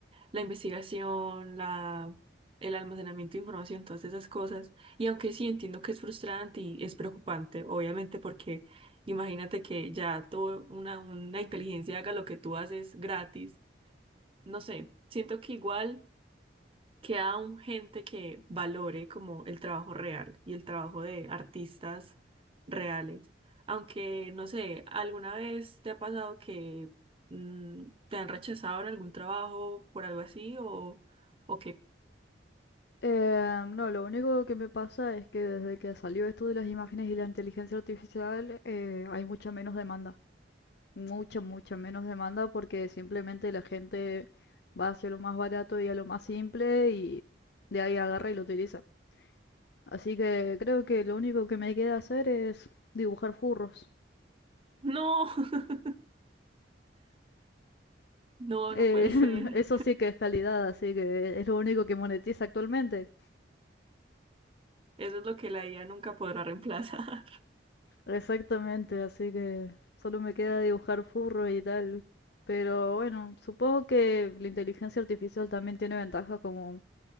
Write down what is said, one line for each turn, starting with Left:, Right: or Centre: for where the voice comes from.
Right: la investigación, la, el almacenamiento de información, todas esas cosas. Y aunque sí entiendo que es frustrante y es preocupante, obviamente, porque imagínate que ya todo una, una inteligencia haga lo que tú haces gratis. No sé, siento que igual queda aún gente que valore como el trabajo real y el trabajo de artistas reales. Aunque, no sé, ¿alguna vez te ha pasado que mm, te han rechazado en algún trabajo por algo así o, o que
Left: Eh, no, lo único que me pasa es que desde que salió esto de las imágenes y la inteligencia artificial, eh, hay mucha menos demanda. Mucha, mucha menos demanda porque simplemente la gente va hacia lo más barato y a lo más simple y de ahí agarra y lo utiliza. Así que creo que lo único que me queda hacer es dibujar furros.
Right: no, <laughs> no, no
Left: Eh,
Right: puede
Left: <laughs>
Right: ser.
Left: eso sí que es calidad, así que es lo único que monetiza actualmente.
Right: Eso es lo que la IA nunca podrá reemplazar. <laughs>
Left: Exactamente, así que solo me queda dibujar furro y tal. Pero bueno, supongo que la inteligencia artificial también tiene ventajas como,